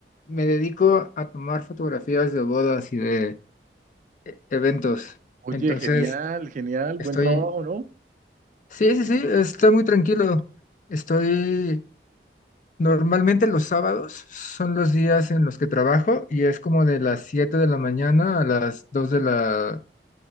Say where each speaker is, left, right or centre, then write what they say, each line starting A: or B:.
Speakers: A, on the left (about 45°); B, on the right (about 45°).
A: Me dedico a tomar fotografías de bodas y de e- eventos.
B: Oye,
A: Entonces,
B: genial, genial,
A: estoy...
B: buen trabajo, ¿no?
A: Sí, sí, sí, está muy tranquilo. Estoy... Normalmente los sábados son los días en los que trabajo y es como de las 7 de la mañana a las 2 de la,